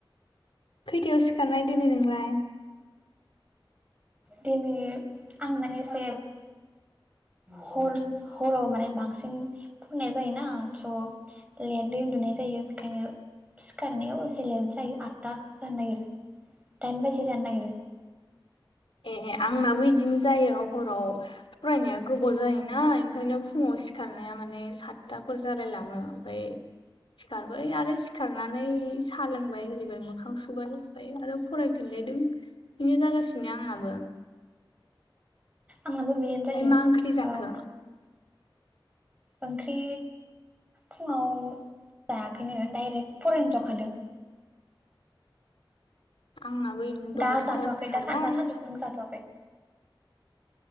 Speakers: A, on the left; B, on the right.
A: खैथायाव सिखारनाय दिनै नोंलाय
B: दिनै आं माने एसे हर हराव माने बांसिन फरायनाय जायोना थ' लेेदै उन्दुनाय जायो बेखायनो सिखारनायाव एसे लेद जायो आतथा जानो नागिरो दाइन बाजि जानो नागिरो
A: ए आंनाबो इदिनो जायो हराव फरायनाया गोबाव जायोना ओंखायनो फुङाव सिखारनाया माने सातथाफोर जालायलाङो ओमफ्राय सिखारबाय आरो सिखारनानै साहा लोंबाय हिरिबाय मोखां सुबाय ओमफ्राय आरो फरायफिनलायदों बेनो जागासि नो आंनाबो
B: आंहाबो बिदिनो
A: ओमफ्राय
B: जायो
A: मा ओंख्रि जाखो
B: औ ओंख्रि फुङाव जायाखैनो डायरेक्ट फरायनो जखादों
A: आंनाबो इनो दहाय
B: दा
A: फुङाव
B: जाथ'वाखै
A: सिखारबाय
B: दा दा सानजौफु निखौ जाथ'वाखै